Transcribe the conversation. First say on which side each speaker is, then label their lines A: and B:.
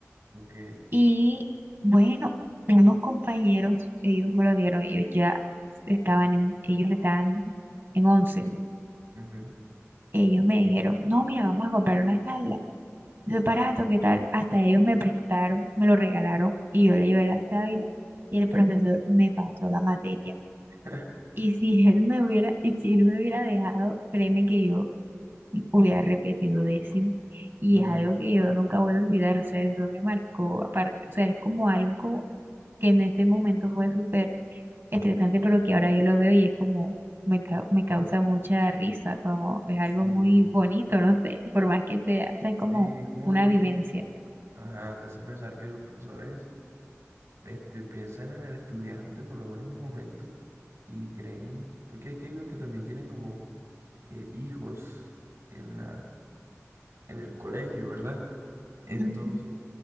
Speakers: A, on the right (about 75°); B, on the right (about 55°).
A: Ok.
B: Y bueno, unos compañeros, ellos me lo dijeron, ellos ya estaban en, ellos estaban en once.
A: ujú.
B: Ellos me dijeron, no, mira, vamos a comprar una sábanas ese aparato, ¿qué tal? Hasta ellos me prestaron, me lo regalaron y yo le llevé la sábila y el profesor me pasó la materia.
A: <laughs>
B: Y si él me hubiera, y si él me hubiera dejado, créeme que yo hubiera repetido décimo. Y
A: No,
B: es algo que yo nunca voy a olvidar, o sea, eso me marcó aparte, o sea, es como algo que en ese momento fue súper estresante, pero que ahora yo lo veo y es como, me, ca- me causa mucha risa, como es algo
A: sí,
B: muy bonito, no sé, por más que sea, o sea, es como
A: sí, es como
B: una
A: que,
B: vivencia.
A: ajá, te hace pensar que los profesores este, piensan en el estudiante por lo menos un momento y creen, porque es que hay los que también tienen como eh, hijos en la, en el colegio, ¿verdad? Entonces,
B: Ujú.